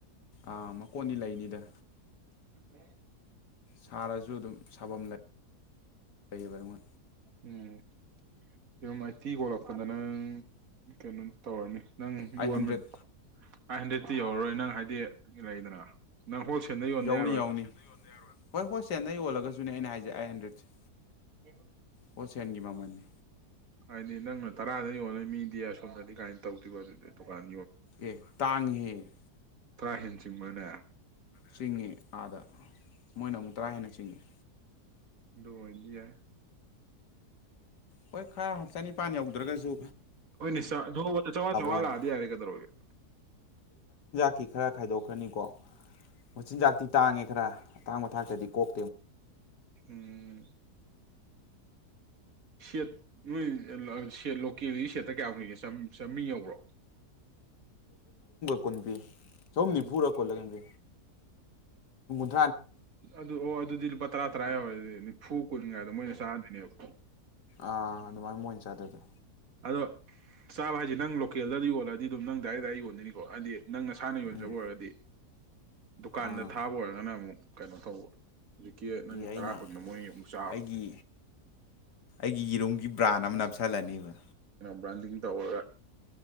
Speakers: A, on the left; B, on the right.
A: ꯑꯥ ꯃꯀꯣꯟꯗꯤ ꯂꯩꯅꯤꯗ
B: ꯎ
A: ꯁꯥꯔꯁꯨ ꯑꯗꯨꯝ ꯁꯥꯐꯝ ꯂꯩ ꯀ
B: ꯎꯝ ꯑꯗꯨꯝ ꯑꯩꯥꯏꯇꯤ ꯀꯣꯂꯛꯄꯗ ꯅꯪꯪ ꯀꯩꯅꯣ ꯇꯧꯔꯅꯤ ꯅꯪ
A: ꯑꯩꯠ
B: ꯌꯣꯟꯕ
A: ꯍꯟꯗ꯭ꯔꯦꯠ
B: ꯑꯥꯏꯚ ꯍꯟꯗ꯭ꯔꯦꯗꯇꯤ ꯌꯧꯔꯣꯏ ꯅꯪ ꯍꯥꯏꯗꯤ ꯂꯩꯗꯅ ꯅꯪ ꯍꯣꯜꯁꯦꯜꯗ ꯌꯣꯟꯕ
A: ꯌꯧꯅꯤ
B: ꯌꯥꯔꯣꯏꯕ
A: ꯌꯧꯅꯤ ꯍꯣꯏ ꯍꯣꯜꯁꯦꯜꯗ ꯌꯣꯜꯂꯒꯁꯨꯅꯦ ꯑꯩꯅ ꯍꯥꯏꯁꯦ ꯑꯩꯥꯏ ꯍꯟꯗ꯭ꯔꯦꯠꯁꯦ
B: ꯌꯦ
A: ꯑꯣꯁꯦꯟꯒꯤ ꯃꯃꯅꯦ
B: ꯍꯥꯏꯗꯤ ꯅꯪꯅ ꯇꯔꯥꯗ ꯌꯣꯂꯅꯤ ꯃꯤꯗꯤ ꯑꯁꯣꯝꯅꯗꯤ ꯀꯥꯏꯅ ꯇꯧꯗꯕ ꯑꯗꯨꯗꯤ ꯗꯨꯀꯥꯟ
A: ꯑꯦ ꯇꯥꯉ ꯍꯦ ꯎ
B: ꯇ꯭ꯔꯥ ꯍꯦꯟꯁꯤꯡꯕꯅꯦ
A: ꯆꯉꯤ ꯑꯥꯗ ꯃꯣꯏꯅ ꯑꯃꯨꯛ ꯇꯔꯥ ꯍꯦꯟꯅ ꯆꯤꯡꯉꯦ
B: ꯗꯣ ꯏꯗꯤ ꯌꯥ
A: ꯍꯣꯏ ꯈ ꯍꯥꯆꯅꯤ ꯄꯥꯅꯤ ꯑꯗ ꯇ꯭ꯔꯒꯁꯨ
B: ꯍꯣꯏꯅꯦ ꯊꯧꯕꯗ ꯆꯥꯋꯥꯥ ꯆꯥꯋꯥꯥ
A: ꯋꯥꯅꯤ
B: ꯂꯥꯛꯑꯗꯤ ꯌꯥꯔꯦ ꯀꯗꯧꯔꯒꯦ
A: ꯀꯤ ꯈꯔ ꯈꯥꯏꯗꯣꯛꯈ꯭ꯔꯅꯤꯀꯣ ꯃꯁꯤꯆ ꯖꯒ ꯇꯥꯡꯉꯦ ꯈꯔ ꯑꯇꯥꯡꯕ ꯊꯥꯛꯇꯗꯤ ꯀꯣꯛ
B: ꯎꯝ ꯁꯦꯠ ꯅꯣꯏ ꯂꯣꯀꯦꯜꯒꯤ ꯁꯦꯠꯇ ꯀꯌꯥ ꯀꯨꯏꯒꯦ ꯆꯥꯝꯃꯤꯡ ꯌꯧꯕ꯭ꯔꯣ
A: ꯀꯨꯟꯕꯤ ꯁꯣꯝꯗꯤ
B: ꯆꯍꯨꯝ
A: ꯐꯔ ꯀꯣꯜꯂꯒꯟꯗ <inaudible>
B: ꯑꯗꯨ ꯑꯣ ꯑꯗꯨꯗꯤ ꯄꯥ ꯇꯔꯥ ꯇꯔꯥ ꯑꯣꯏꯅꯤ ꯐꯨ ꯀꯨꯟꯉꯥꯏꯗ ꯃꯣꯏꯅ ꯆꯥꯗꯣꯏꯅꯦꯕ
A: ꯑꯥ ꯑꯗꯨꯃꯥꯏꯅ ꯃꯣꯏ ꯑꯣꯏꯅ ꯆꯥꯗꯗ
B: ꯆ ꯍꯥꯏ ꯅꯪ ꯂ ꯇꯀꯦꯜꯗꯗꯤ ꯌꯣꯜꯂꯗꯤ ꯑꯗꯨꯝ ꯅꯪ ꯗꯥꯏ ꯗꯥꯏ ꯌꯣꯟꯗꯅꯤꯀꯣ ꯍꯥꯏꯗꯤ ꯅꯪ ꯅꯁꯥꯅ ꯌꯣꯟꯖꯕ
A: ꯎꯝ
B: ꯑꯣꯏꯔꯒꯗꯤ ꯗꯨꯀꯥꯟꯗ
A: ꯑꯥ
B: ꯊꯥꯕ ꯑꯣꯏꯔꯒꯅ ꯑꯃꯨꯛ ꯀꯩꯅꯣ ꯇꯧꯧꯕ ꯍꯧꯖꯤꯛꯀꯤ ꯅꯪꯒꯤ
A: ꯑꯩꯅ
B: ꯇꯔꯥ ꯀꯨꯟ ꯃꯣꯏ ꯑꯃꯨꯛ ꯆꯥꯕ
A: ꯑꯩꯒꯤ ꯑꯩꯒꯤ ꯌꯦꯔꯣꯝꯒꯤ ꯕ꯭ꯔꯥꯟ ꯑꯃ ꯅꯞꯁꯤꯜꯂꯅꯤꯕ
B: ꯥꯟ ꯇꯧꯔꯒ